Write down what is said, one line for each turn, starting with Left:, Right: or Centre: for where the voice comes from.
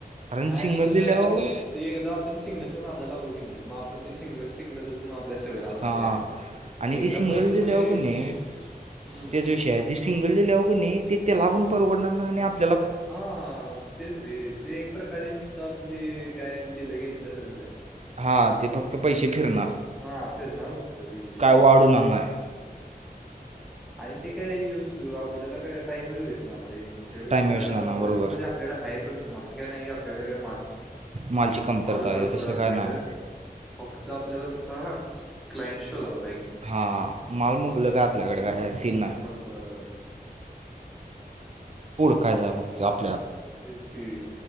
Right: कारण
Centre: नाही
Right: सिंगल
Centre: आणि कसं
Right: दिल्यावर
Centre: आहे, ते एकदा आपण सिंगलच्या नादाला लागलो की नाही म पण ते सिंगल सिंगलचं म आपल्या सवय लागणार
Right: हा
Centre: द्यायला
Right: आणि
Centre: एकदा
Right: ती सिंगल
Centre: बल्कमध्ये
Right: दिल्याव कनइ
Centre: हम्म
Right: तेच विषय हाय ते सिंगल दिल्याव कनइ ती त्याला पण परवडणार नाही आणि आप
Centre: हा तेच रे ते एक प्रकारे नुसतं आपण ते काय? दिलं घेतल्या सारखचं हाय.
Right: हां ते फक्त पैसे
Centre: आपल्याला
Right: फिरणार
Centre: हा फिरणार फक्त बेशी
Right: काय
Centre: <unintelligible> हम्म.
Right: वाढवणार नाही
Centre: आणि ते काय यूज आपल्याला काय टाइमच वेस्ट जाणार रे त्यापेक्षा
Right: टाईम वेस्ट जाणार
Centre: बल्क
Right: बरोबर
Centre: मध्ये आपल्याला हा पण अस काय नाही की आपल्याकडं
Right: मालची कमतरता
Centre: माल भरपूर
Right: तसं
Centre: आहे आपल्याकड.
Right: काय नाही
Centre: फक्त आपल्याला तसा. क्लाइंट शो झाला.
Right: हा मालम मुबलक हाय आपल्याकडे काय. सीन
Centre: अ
Right: नाही
Centre: भरपूर हाय व्हय.
Right: कायझ फकच <unintelligible>
Centre: तेच कि